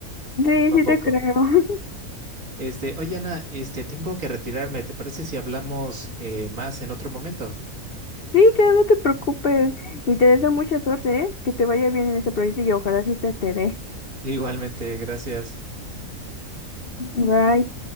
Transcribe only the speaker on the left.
Sí,
sí
te creo. <laughs>
Sí, claro, no te preocupes. Y te deseo mucha suerte, ¿eh? Que te vaya bien en ese proyecto y ojalá sí te te dé.
Bye.